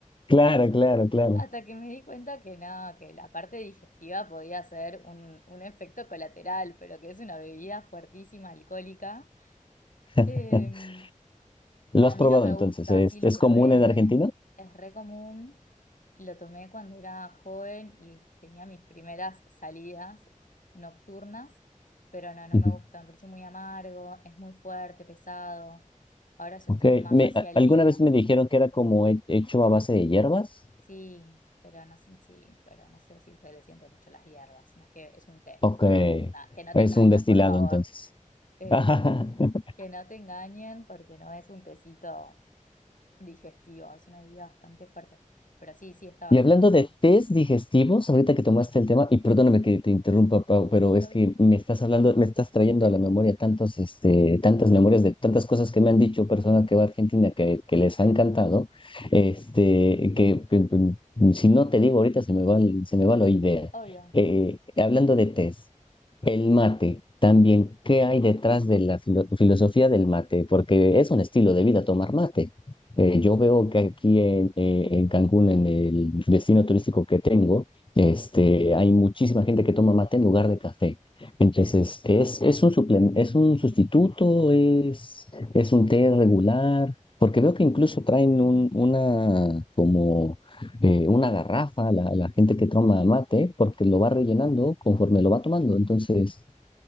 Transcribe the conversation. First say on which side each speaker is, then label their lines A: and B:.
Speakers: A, on the left; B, on the left.
A: Claro, claro, claro.
B: hasta que me di cuenta que no, que la parte digestiva podía ser un, un efecto colateral, pero que es una bebida fuertísima, alcohólica.
A: <laughs>
B: Em,
A: ¿Lo
B: A
A: has
B: mí
A: probado
B: no me
A: entonces?
B: gusta,
A: ¿Es,
B: sí, lo
A: es
B: probé,
A: común en Argentina?
B: es re común, lo tomé cuando era joven y tenía mis primeras salidas nocturnas, pero no, no
A: Ujú.
B: me gusta, me pareció muy amargo, es muy fuerte, pesado. Ahora yo
A: Ok.
B: estoy más
A: Me,
B: hacia
A: a-
B: el
A: alguna
B: vino,
A: vez me dijeron que era como he- hecho a base de hierbas.
B: sí, pero no sé, sí, pero no sé si se le siente mucho las hierbas, no es que es un té.
A: Ok.
B: Nah, que no
A: Es
B: te engañen,
A: un destilado
B: por favor.
A: entonces.
B: Eh,
A: <laughs>
B: que no te engañen porque no es un tecito. digestiva, es una bebida bastante fuerte, pero sí, sí está basado
A: Y hablando
B: en...
A: de test digestivos, ahorita que tomaste el tema, y perdóname que te interrumpa, Pau, pero
B: Sí,
A: es
B: obvio,
A: que me estás hablando, me estás trayendo a la memoria tantos, este, tantas memorias de tantas cosas que me han dicho personas que va a Argentina que, que les ha
B: <laughs>
A: encantado, este, que, que- que si no te digo ahorita se me va, el- se me va la idea.
B: obvio,
A: Eh, hablando de test. El mate, también, ¿qué hay detrás de la filo- filosofía del mate? Porque es un estilo de vida tomar mate. Eh, yo
B: sí.
A: veo que aquí en, eh, en Cancún, en el destino turístico que tengo, este, hay muchísima gente que toma mate en lugar de café. Entonces, ¿es, es un suple- es un sustituto? ¿Es, es un té regular? Porque veo que incluso traen un, una como eh, una garrafa, la, la gente que toma mate, porque lo va rellenando conforme lo va tomando. Entonces,